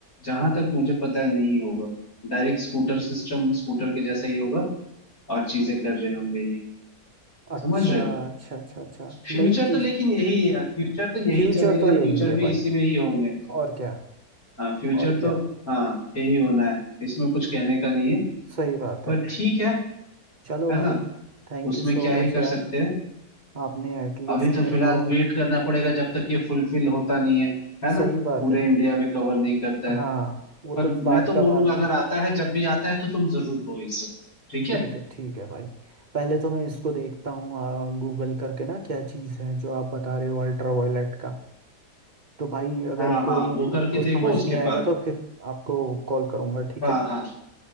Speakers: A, on the left (about 60°); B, on the right (about 35°).
A: जहां तक मुझे पता है नहीं होगा डायरेक्ट स्कूटर सिस्टम स्कूटर के जैसा ही होगा और चीजें कर रहे होंगे ये
B: अच्छा
A: समझ रहे हो
B: अच्छा अच्छा अच्छा
A: फ्यूचर
B: नहीं
A: तो
B: कि
A: लेकिन यही है यार फ्यूचर तो यही
B: फ्यूचर
A: चलेगा
B: तो यही
A: फ्यूचर
B: है
A: भी
B: भाई
A: इसी में ही होंगे
B: और क्या
A: हाँ फ्यूचर
B: और क्या
A: तो हाँ यही होना है इसमें कुछ कहने का नहीं है
B: सही बात
A: पर
B: है
A: ठीक है
B: चलो
A: है
B: भाई
A: ना
B: थैंक
A: उसमें
B: यू सो
A: क्या ही
B: मच
A: कर
B: यार
A: सकते हैं
B: आपने एटलीस्ट
A: अभी तो
B: मेरे
A: फिलहाल
B: को
A: वेट करना पड़ेगा जब तक ये फुलफिल होता नहीं है है ना
B: सही बात
A: पूरे
B: है
A: इंडिया में कवर नहीं करता है
B: हाँ वो
A: पर
B: तो बात
A: मैं तो
B: का
A: बोलूंगा
B: बाद में
A: अगर आता है जब भी आता है तो तुम जरूर लो इससे ठीक
B: ठीक
A: है
B: है ठीक है भाई पहले तो मैं इसको देखता हूँ गूगल करके ना क्या चीज़ है जो आप बता रहे हो अल्ट्रा वायलेट का। तो भाई अगर
A: हाँ हाँ
B: कोई
A: वो
B: फिर मेरे
A: करके
B: को
A: देखो
B: समझ
A: उसके
B: नहीं आएगा
A: बाद
B: तो फिर आपको कॉल करूंगा ठीक
A: हाँ
B: है
A: हाँ